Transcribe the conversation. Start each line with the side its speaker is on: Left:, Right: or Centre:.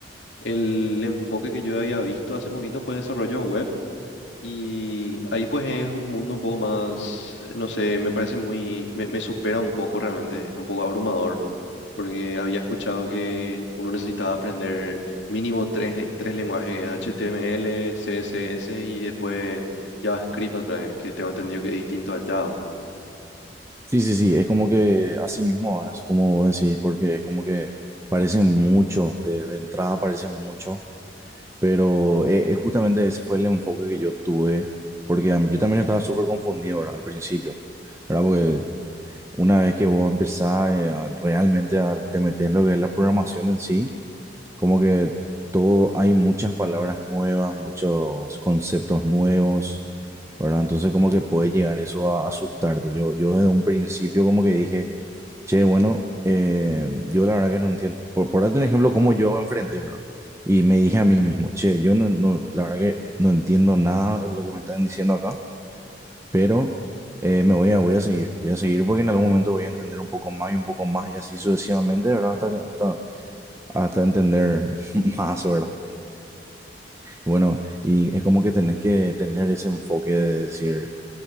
Left: el enfoque que yo había visto hace poquito fue desarrollo web y ahí pues es un mundo un poco más, eh, no sé, me parece muy, me, me supera un poco realmente, un poco abrumador, porque había escuchado que uno necesitaba aprender mínimo tres, tres lenguajes, HTML, CSS y después JavaScript otra vez, que tengo entendido que es distinto a Java.
Right: Sí, sí, sí, es como que así mismo, es como decir, porque es como que parecen mucho, de, de entrada parecen mucho, pero eh, eh, justamente ese fue el enfoque que yo tuve, porque a mí- yo también estaba súper confundido, ¿verdad? Al principio, ¿verdad? Porque una vez que vos empezás eh, a- realmente a, te metes en lo que es la programación en sí, como que todo, hay muchas palabras nuevas, muchos conceptos nuevos, ¿verdad? Entonces como que puede llegar eso a asustarte. Yo, yo desde un principio como que dije, che, bueno, eh, yo la verdad que no entiendo, por, por darte un ejemplo, cómo yo enfrenté, ¿verdad? Y me dije a mí mismo, che, yo no, no- la verdad que no entiendo nada de lo que me están diciendo acá, pero eh, me voy a, voy a seguir, voy a seguir porque en algún momento voy a entender un poco más y un poco más y así sucesivamente, ¿verdad? Hasta, que- hasta hasta entender <laughs> más, ¿verdad? Bueno, y es como que tenés que tener ese enfoque de decir,